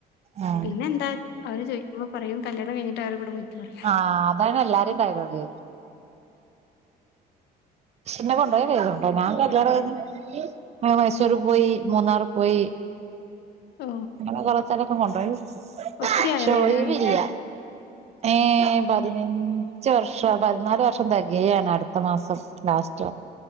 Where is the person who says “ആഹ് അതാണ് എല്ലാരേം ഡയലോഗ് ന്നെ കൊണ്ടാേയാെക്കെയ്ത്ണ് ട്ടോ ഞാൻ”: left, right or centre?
Right